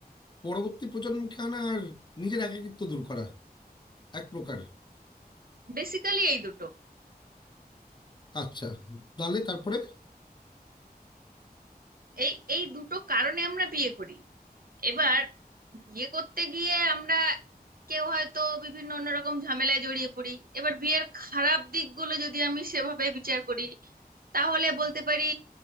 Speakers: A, on the left (about 30°); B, on the right (about 65°).
A: পরবর্তী প্রজন্মকে আনা আর নিজের একাকিত্ব দূর করা এক প্রকার
B: বেসিক্যালি এই দুটো
A: আচ্ছা তাহলে তারপরে
B: এই এই দুটো কারণে আমরা বিয়ে করি এবার বিয়ে করতে গিয়ে আমরা কেউ হয়তো বিভিন্ন অন্যরকম ঝামেলায় জড়িয়ে পড়ি এবার বিয়ের খারাপ দিকগুলো যদি আমি সেভাবে বিচার করি তাহলে বলতে পারি